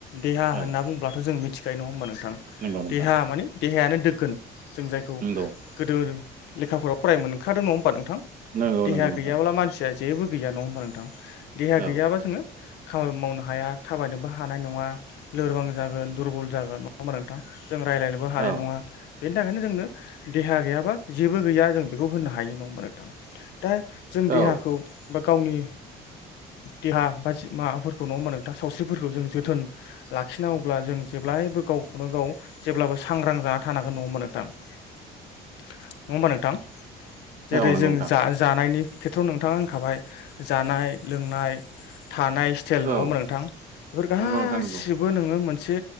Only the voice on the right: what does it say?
औ
नंगौ नोंथां
नंगौ
नंगौ
नंगौ नोंथां
औ
औ
औ
औ नंगौ
नोंथां
औ
नंगौ नोंथां नंगौ